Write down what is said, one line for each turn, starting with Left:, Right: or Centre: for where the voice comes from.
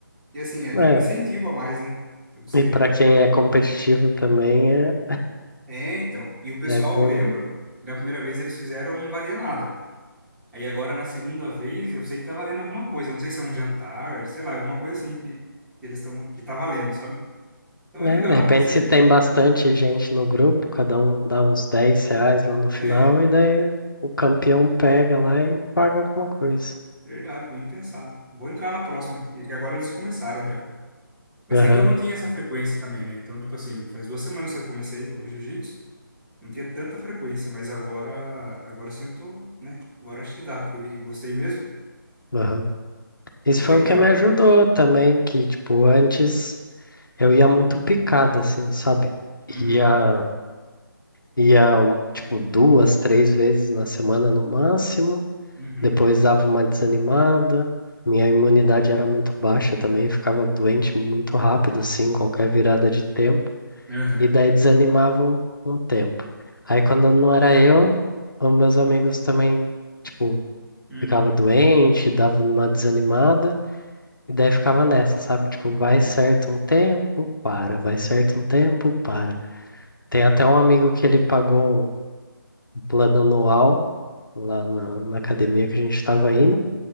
Centre: E assim, é até
Left: É,
Centre: um incentivo a mais, né? Se você...
Left: e para quem é competitivo também é,
Centre: É, então. E o pessoal,
Left: é bom.
Centre: eu lembro, que da primeira vez eles fizeram um valia nada. Aí agora na segunda vez, eu sei que tá valendo alguma coisa, não sei se é um jantar, sei lá, alguma coisa assim que, que eles estão que tá valendo, sabe? Então
Left: né?
Centre: é legal,
Left: de repente,
Centre: mas é
Left: se tem bastante gente no grupo, cada um dá uns 10 reais lá no final,
Centre: é
Left: e daí o campeão pega lá e paga alguma coisa.
Centre: verdade, bem pensado. Vou entrar na próxima aqui, que agora eles já começaram já. Mas
Left: Aham,
Centre: é que eu não tinha essa frequência também, né? Então, tipo assim, faz duas semanas que eu comecei o jiu-jitsu, não tinha tanta frequência, mas agora agora sim eu tô, né? Agora acho que dá, que eu vi que gostei mesmo,
Left: aham.
Centre: mas
Left: Isso
Centre: é
Left: foi
Centre: legal,
Left: o que me ajudou
Centre: cara.
Left: também, que, tipo, antes eu ia muito picado, assim, sabe?
Centre: Uhum,
Left: Ia, ia, um, tipo, duas, três vezes na semana no máximo.
Centre: uhum,
Left: Depois dava uma desanimada. Minha imunidade era muito baixa também, ficava doente muito rápido, assim, qualquer virada de tempo.
Centre: uhum,
Left: E daí desanimava um, um tempo. Aí quando não era eu, os meus amigos também, tipo,
Centre: uhum,
Left: ficava doente, dava uma desanimada. E daí ficava nessa, sabe? Tipo, vai
Centre: sim.
Left: certo um tempo, para, vai certo um tempo, para. Tem até um amigo que ele pagou um plano anual lá na, na academia que a gente estava indo.